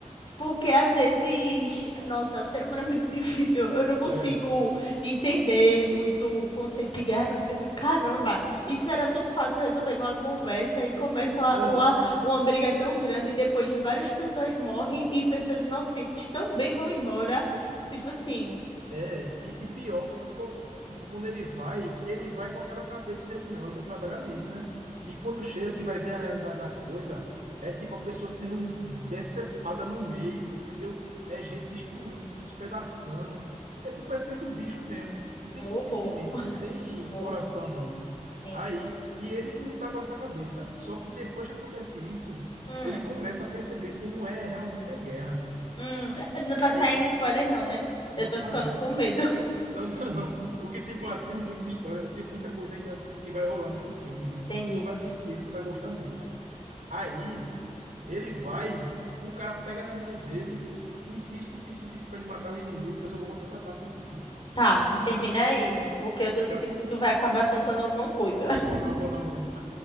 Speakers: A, on the left; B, on the right.
A: porque às vezes, nossa, o ser humano é muito <laughs> difícil. Eu não consigo
B: É,
A: entender muito o conceito de guerra, não, porque eu fico, caramba, isso era tão fácil resolver numa conversa e começa uma,
B: aham.
A: uma, uma briga tão grande e depois várias pessoas morrem e pessoas inocentes também vão embora. Tipo assim,
B: É, e, e pior que, tipo, tipo, quando ele vai, ele vai com aquela cabeça de dizer assim, não, eu vou trabalhar nisso, né? E quando chega que vai ver a realidade da coisa, é tipo a pessoa sendo decepada no meio, entendeu? É gente destruindo, se despedaçando. É tipo, é feito bicho mesmo. Não tem
A: um horror,
B: sentimento,
A: um
B: não tem
A: horror.
B: coração, não.
A: Sim.
B: Aí, e ele não tá com essa cabeça. Só que depois que acontece isso,
A: Hum.
B: ele começa a perceber como é realmente a guerra.
A: Hum, não tá
B: Aí,
A: saindo spoiler, não, né? Eu
B: não
A: tô
B: tá,
A: ficando
B: não.
A: com medo.
B: Não tá não. Porque tem,
A: Sim.
B: ó, tem muita história, tem muita coisa ainda que vai rolar nesse filme, viu?
A: Entendi.
B: Tu vai assistir ele, tu vai gostar muito. Aí, ele vai, o cara pega na mão dele, insiste, insiste, insiste pra ele matar o inimigo. Eu só vou contar essa parte do filme, viu?
A: Tá,
B: Insiste,
A: termina aí,
B: insiste
A: porque eu tô sentindo
B: pra...
A: que tu vai acabar soltando alguma coisa. <laughs>
B: Vou não, vou não, vou não.